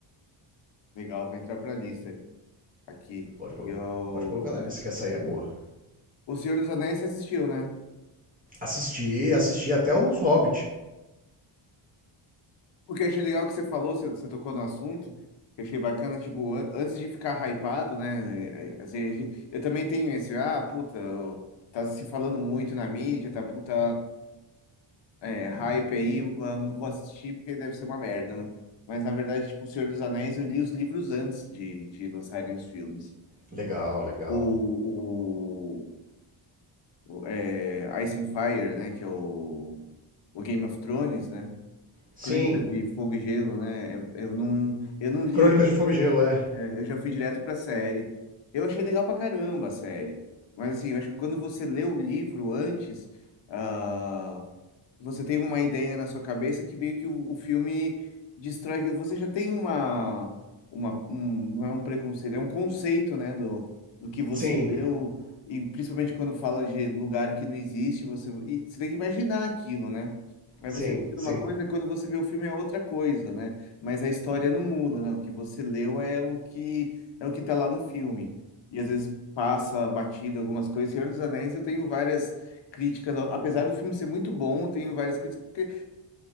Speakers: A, on the left; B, on the right.
A: Legal, vai entrar pra lista aí. aqui.
B: Pode, colo-
A: Eu...
B: pode colocar na lista, que essa aí é boa.
A: O Senhor dos Anéis você assistiu, né?
B: Assisti, assisti até os Hobbit.
A: O que eu achei legal que você falou, você, você tocou no assunto, eu achei bacana, tipo, an- antes de ficar hypado, né? é, é, Assim, a gente- eu também tenho esse, ah, puta, tá se falando muito na mídia, tá puta. É, hype aí, eu ah, não vou assistir porque deve ser uma merda. né? Mas na verdade, tipo, O Senhor dos Anéis, eu li os livros antes de, de lançarem os filmes.
B: Legal, legal.
A: O, o, o, é, Ice and Fire, né? Que é o, o Game of Thrones, né?
B: Sim.
A: Crônicas de Fogo e Gelo, né? Eu eu não, eu não li,
B: Crônicas
A: os-
B: de Fogo e Gelo, é.
A: é, eu já fui direto pra série. Eu achei legal pra caramba a série. Mas assim, eu acho que quando você lê o livro antes. ah, você tem uma ideia na sua cabeça que meio que o, o filme destrói. Você já tem uma, uma um- não é um preconceito, é um conceito, né, do, do que você
B: Sim,
A: leu, e principalmente quando fala de lugar que não existe, você, e você tem que imaginar aquilo, né? Aí
B: sim,
A: você imagina
B: sim.
A: uma coisa, quando você vê o filme é outra coisa, né? Mas a história não muda, né? O que você leu é o que é o que tá lá no filme. E às vezes passa batido algumas coisas. Senhor dos Anéis, eu tenho várias críticas, apesar do filme ser muito bom, tem várias críticas, porque